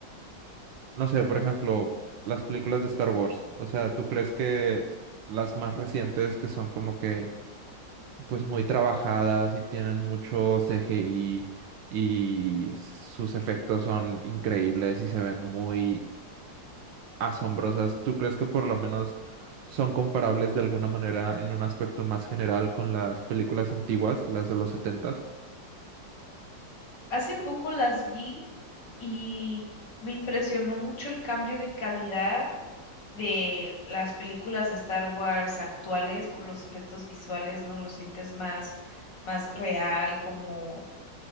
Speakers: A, on the right; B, on the left.
A: no sé, por ejemplo, las películas de Star Wars. O sea, ¿tú crees que las más recientes que son como que pues muy trabajadas y tienen mucho CGI y sus efectos son increíbles y se ven muy asombrosas, ¿tú crees que por lo menos son comparables de alguna manera en un aspecto más general con las películas antiguas, las de los setentas?
B: Hace poco las vi y me impresionó mucho el cambio de calidad de las películas de Star Wars actuales con los efectos visuales, ¿no? Lo sientes más, más real, como